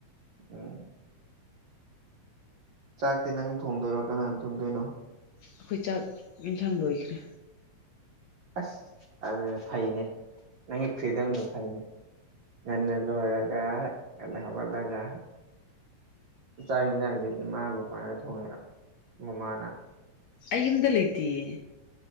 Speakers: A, on the right; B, on the left.
A: ꯎꯝ ꯆꯥꯛꯇꯤ ꯅꯪ ꯊꯣꯡꯗꯣꯏꯔꯣ ꯀꯅꯥꯅ ꯊꯣꯡꯗꯣꯏꯅꯣ
B: ꯑꯩꯈꯣꯏ ꯆꯥꯛ ꯌꯦꯟꯁꯥꯡ ꯂꯣꯏꯈ꯭ꯔꯦ
A: ꯑꯁ ꯑꯗꯨꯗꯤ ꯐꯩꯅꯦ ꯅꯪꯒꯤ ꯐ꯭ꯔꯤꯗꯝꯗꯨ ꯐꯩꯅꯦ ꯉꯟꯅ ꯂꯣꯢꯔꯒ ꯉꯟꯅ ꯍꯧꯒꯠꯂꯒ ꯆꯥꯛ ꯌꯦꯟꯁꯥꯡꯗꯤ ꯏꯃꯥ ꯕꯕꯥꯅ ꯊꯣꯡꯉꯤꯔꯣ ꯃꯃꯥꯅ
B: ꯑꯩꯌꯨꯝꯗ ꯂꯩꯇꯤꯌꯦ